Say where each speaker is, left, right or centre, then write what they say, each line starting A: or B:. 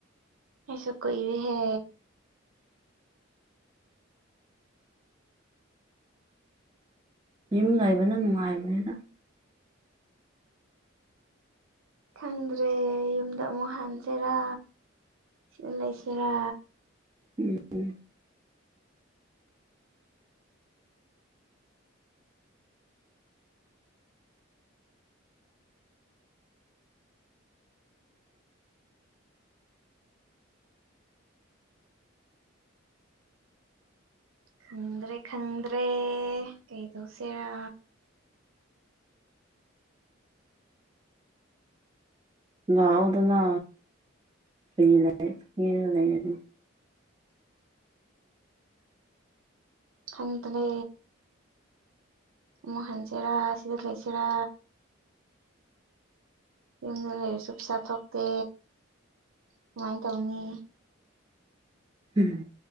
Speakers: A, on the right; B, on the right.
A: ꯑꯩꯁꯨ ꯀꯨꯏꯔꯦꯍꯦ
B: ꯌꯨꯝ ꯂꯩꯕꯅ ꯅꯨꯡꯉꯥꯏꯕꯅꯤꯗ
A: ꯈꯪꯗ꯭ꯔꯦ ꯌꯨꯝꯗ ꯑꯃꯨꯛ ꯍꯟꯁꯤꯔꯥ ꯁꯤꯗ ꯂꯩꯁꯤꯔꯥ
B: ꯎꯝ <unintelligible>
A: ꯈꯪꯗ꯭ꯔꯦ ꯈꯪꯗ꯭ꯔꯦ ꯀꯩꯗꯧꯁꯦꯔꯥ
B: ꯂꯥꯛꯑꯣꯗꯅ ꯐ꯭ꯔꯤ ꯂꯩ ꯐ꯭ꯔꯤꯗ ꯂꯩ ꯑꯗꯨ
A: ꯈꯪꯇꯔꯦ ꯑꯃꯨꯛ ꯍꯟꯁꯤꯔꯥ ꯁꯤꯗ ꯂꯩꯁꯤꯔꯥ ꯌꯨꯝꯗ ꯂꯩꯔꯁꯨ ꯄꯩꯁꯥ ꯊꯣꯛꯇꯦ ꯀꯃꯥꯏ ꯇꯧꯅꯤ
B: ꯎꯝ